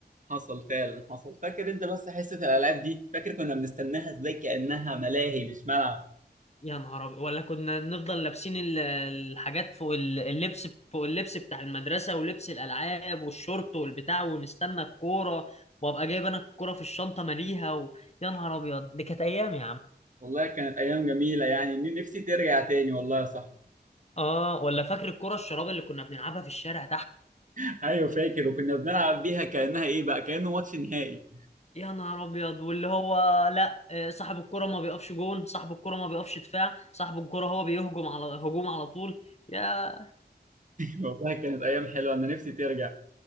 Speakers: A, on the right; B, on the left.
A: حصل فعلا حصل فاكر انت بس حصه الالعاب دي فاكر كنا بنستناها ازاي كانها ملاهي مش ملعب
B: يا نهار أبيض ولا كنا نفضل لابسين ال- الحاجات فوق ال- اللبس فوق اللبس بتاع المدرسة ولبس الألعاب والشورت والبتاع ونستنى الكورة وأبقى جايب أنا الكورة في الشنطة ماليها و... يا نهار أبيض دي كانت أيام يا عم
A: والله كانت ايام جميله يعني ن- نفسي ترجع تاني والله يا صاحبي
B: آه ولا فاكر الكورة الشراب اللي كنا بنلعبها في الشارع
A: <laughs> ايوه فاكر وكنا بنلعب بيها كانها ايه بقى كانه ماتش نهائي
B: يا نهار ابيض واللي هو لا آه، صاحب الكرة ما بيقفش جون صاحب الكرة ما بيقفش دفاع صاحب الكرة هو بيهجم على هجوم على طول يا
A: والله كانت ايام حلوه انا نفسي ترجع